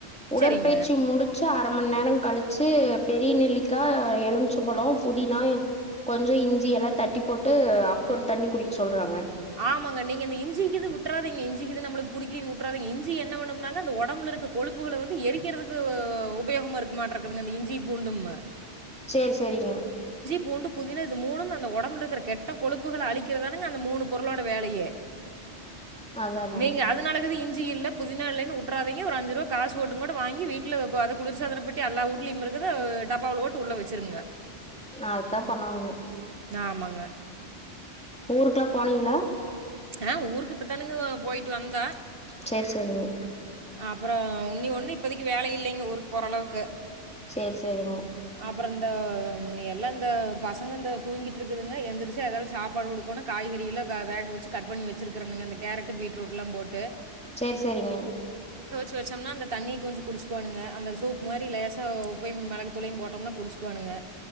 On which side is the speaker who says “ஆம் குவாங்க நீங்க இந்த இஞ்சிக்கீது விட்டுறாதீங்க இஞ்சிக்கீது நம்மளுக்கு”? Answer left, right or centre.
Right